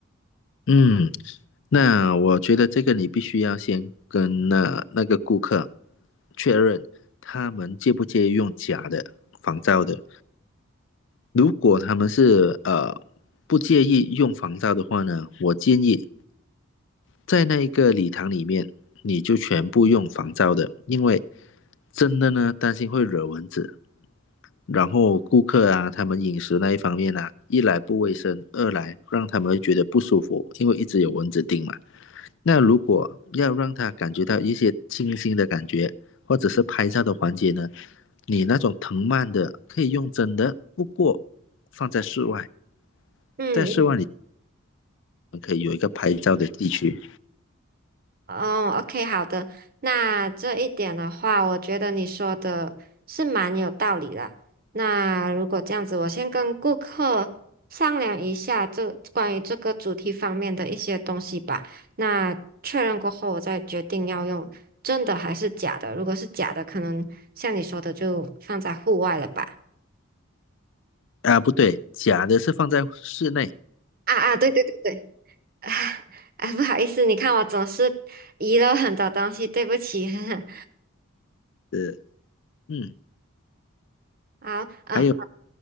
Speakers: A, on the left (about 60°); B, on the right (about 45°).
A: 嗯，那我觉得这个你必须要先跟那那个顾客确认，他们介不介意用假的仿造的。如果他们是呃不介意用防罩的话呢，我建议在那一个礼堂里面，你就全部用防罩的，因为真的呢担心会惹蚊子，然后顾客啊他们饮食那一方面啊，一来不卫生，二来让他们觉得不舒服，因为一直有蚊子叮嘛。那如果要让他感觉到一些清新的感觉，或者是拍照的环节呢，你那种藤蔓的可以用真的，不过放在室外。
B: 嗯，
A: 在室外里可以有一个拍照的地区
B: 哦，OK，好的。那这一点的话，我觉得你说的是蛮有道理的。那如果这样子，我先跟顾客商量一下这关于这个主题方面的一些东西吧。那确认过后，我再决定要用真的还是假的。如果是假的，可能像你说的，就放在户外了吧。
A: 啊，不对，假的是放在室内。
B: 啊啊，对对对对，<laughs> 啊啊，不好意思，你看我总是遗漏很多东西，对不起。<laughs>
A: 呃，嗯，
B: 好，嗯，
A: 还有